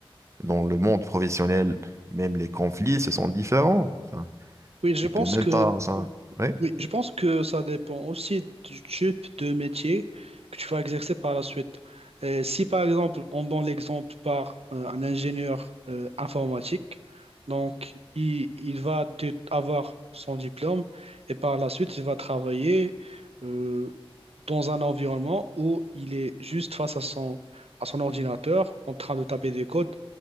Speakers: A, on the right (about 30°); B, on the right (about 85°).
A: dans le monde professionnel, même les conflits, ce sont différents. Enfin,
B: Oui, je
A: tu
B: pense
A: peux même
B: que
A: pas, enfin, ouais,
B: Oui, je pense que ça dépend aussi du type de métier que tu vas exercer par la suite. Euh, si par exemple, on donne l'exemple par euh, un ingénieur euh, informatique, donc il, il va te- avoir son diplôme et par la suite, il va travailler euh, dans un environnement où il est juste face à son, à son ordinateur en train de taper des codes